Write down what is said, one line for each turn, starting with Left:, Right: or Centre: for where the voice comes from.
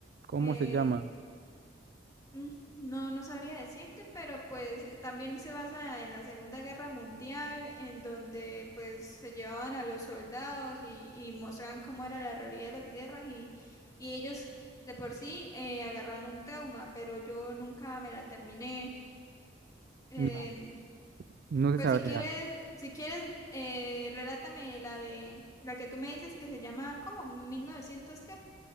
Right: ¿Cómo
Left: Eh,
Right: se llama?
Left: mm, no, no sabría decirte, pero pues eh, también se basa en la Segunda Guerra Mundial, en donde pues se llevaban a los soldados y, y mostraban cómo era la realidad de las guerras y, y ellos de por sí eh, agarran un trauma, pero yo nunca me la terminé. Em,
Right: No, no se
Left: pues
Right: sabría.
Left: si quieres, si quieres, eh, relátame la de la que tú me dices que se llama como 1900 qué.